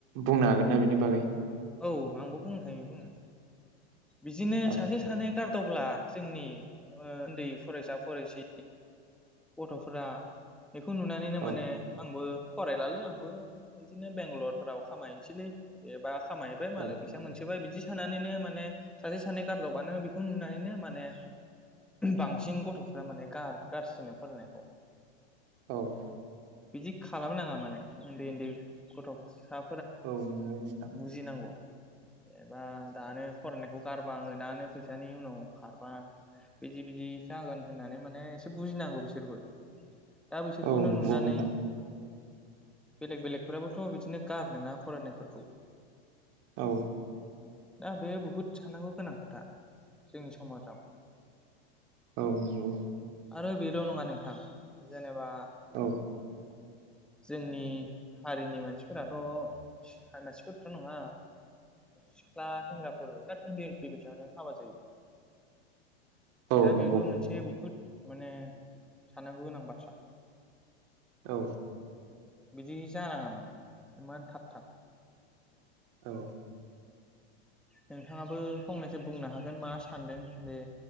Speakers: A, on the right; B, in the centre.
A: बुंनो हागोन ना बिनि बागै?
B: औ आंबो बुंनो हायो बुङो बिदिनो
A: औ
B: सासे सानै गार दावब्ला जोंनि ओ उन्दै फरायसा फरासि गथ'फोरा बेखौ नुनानैनो
A: औ
B: माने आंबो फरायलालै आंबो इदिनो बेंगालरफोराव खामायनोसैलै बेबा खामायैबाय मालाय
A: औ
B: फैसा मोनसोबाय बिदि सानानैनो माने सासे सानै गारदावबानो बेखौ नुनानैनो माने बांसिन गथ'फ्रा माने गार गारसिनो फरायनायखौ
A: औ
B: बिदि खालामनााङा माने ओन्दै ओन्दै गथ'सा
A: औ नोंगौ नोंथां ।
B: बुजिनांगौ एबा दानो फरायनायखौ गारबा आङो दानो फैसानि उनाव खारबा, बिदि बिदि जागोन होननानै माने एसे बुजिनांगौ बिसोरबो दा बिसोरखौनो
A: औ नंगौ
B: नुनानै
A: नोंथां
B: बेलेग बेलेगफोराबोथ' बिदिनो गार नाङा फरायनायफोरखौ
A: औ
B: दा बे बुहुत साननांगौ गोनां खोथा जोंनि सम समाजाव
A: औ नंगौ
B: आरो बेल' नङा नोंथां जेन नेबा
A: औ
B: जोंनि हारिनि मानसिफोराथ' साननासि थ्रा' नङा सिख्ला सेंग्राफोर बिराद उन्दै उन्दै बिसांनो हाबा जायो ।
A: औ
B: दा
A: नंगौ
B: बेबो मोनसे बहुद माने साननांगौ गोनां बाथ्रा।
A: औ
B: बिदि जानाङा माने इमान थाब थाब।
A: औ
B: नोंथाङाबो फंनैसो बुंनो हागोन मा सानदों बे